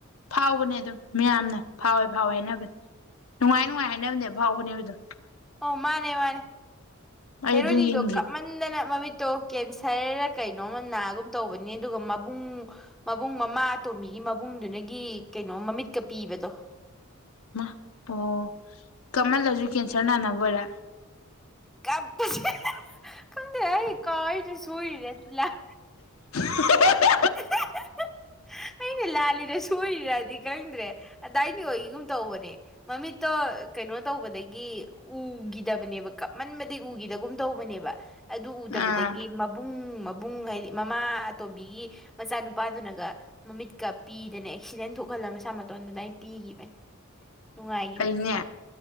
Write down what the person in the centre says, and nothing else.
ꯑꯣ ꯃꯥꯅꯦ ꯃꯥꯅꯦ
ꯍꯦꯔꯣꯅꯤꯗꯣ
ꯀꯞꯃꯟꯗꯅ ꯃꯃꯤꯠꯇꯣ ꯀꯦꯟꯁꯔ ꯁꯔ ꯔ ꯀꯩꯅꯣꯝꯃ ꯅꯥꯒꯨꯝ ꯇꯧꯕꯅꯤ ꯑꯗꯨꯒ ꯃꯕꯨꯡ ꯃꯕꯨꯡ ꯃꯃꯥ ꯑꯇꯣꯝꯕꯤꯒꯤ ꯃꯕꯨꯡꯗꯨꯅꯒꯤ ꯀꯩꯅꯣ ꯃꯃꯤꯠꯀ ꯄꯤꯕꯗꯣ꯫
ꯀꯞꯄ <unintelligible> ꯈꯪꯗꯦ ꯑꯩ ꯀꯥꯎꯋꯦꯔ ꯁꯣꯏꯔꯤꯔ ꯂꯥꯜ
<unintelligible> ꯑꯩꯅ ꯂꯥꯜꯂꯤꯔ ꯁꯣꯏꯔꯤꯔꯗꯤ ꯈꯪꯗ꯭ꯔꯦ ꯑꯗꯥꯏꯗꯤ ꯑꯣꯏꯒꯤꯒꯨꯝ ꯇꯧꯕꯅꯦ ꯃꯃꯤꯠꯇꯣ ꯀꯩꯅꯣ ꯇꯧꯕꯗꯒꯤ ꯎꯒꯤꯗꯕꯅꯦꯕ ꯀꯞꯃꯟꯕꯗꯒꯤ ꯎꯒꯤꯗꯒꯨꯝ ꯇꯧꯕꯅꯦꯕ꯫ ꯑꯗꯨ ꯎꯗꯕꯗꯒꯤ
ꯃꯕꯨꯡ ꯃꯥꯕꯨ ꯕꯨꯡ ꯍꯥꯏꯗꯤ ꯃꯃꯥ ꯑꯇꯣꯕꯤꯒꯤ ꯃꯆꯥꯅꯨꯄꯥꯗꯨꯅꯒ ꯃꯃꯤꯠꯀ ꯄꯤꯗꯅ ꯑꯦꯛꯁꯤꯗꯦꯟ ꯊꯣꯛꯍꯜꯂ ꯃꯁꯥ ꯃꯇꯣꯟꯗ ꯑꯗꯥꯏ ꯄꯤꯒꯤꯕꯅꯤ꯫ ꯅꯨꯡꯉꯥꯏꯒꯤꯕꯅꯤ꯫